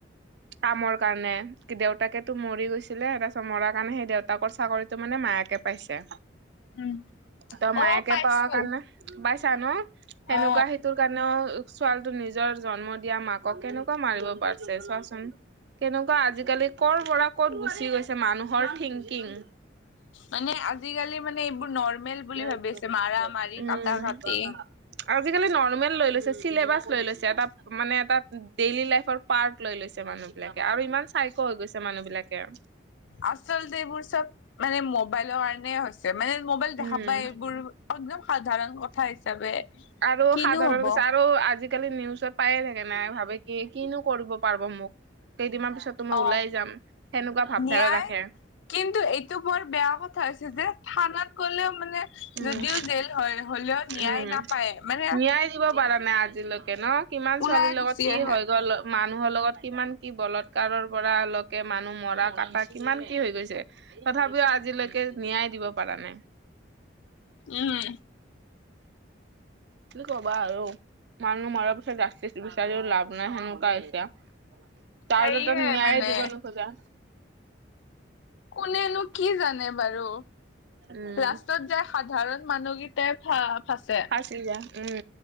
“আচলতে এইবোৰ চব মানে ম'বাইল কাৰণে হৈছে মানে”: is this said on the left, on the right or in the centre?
Left